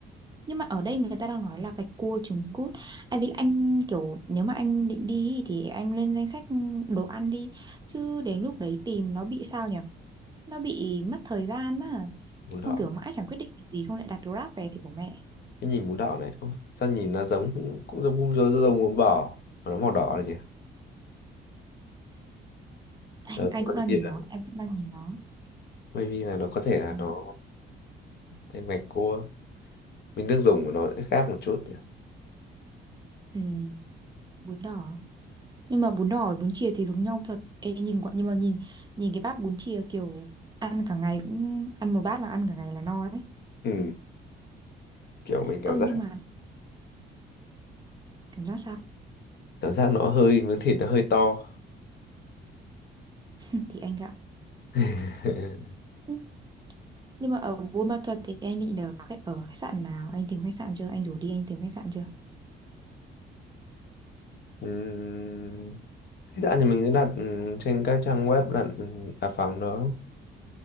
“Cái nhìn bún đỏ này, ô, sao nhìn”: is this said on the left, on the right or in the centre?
Left